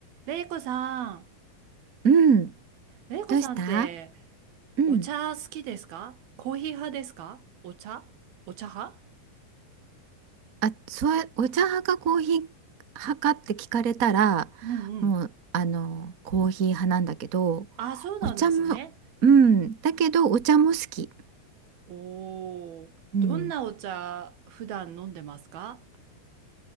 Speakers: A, on the right; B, on the right.
A: レイコさん、
B: うん。
A: レイコさんって
B: どうしたうん。
A: お茶好きですかコーヒー派ですかお茶お茶派
B: あ、そう、お茶派かコーヒー派かって聞かれたら、
A: うんうん。
B: もう、あの、コーヒー派なんだけど、
A: あ、そうなんですね。
B: お茶も、うん。だけど、お茶も好き。
A: おー、
B: うん。
A: どんなお茶普段飲んでますか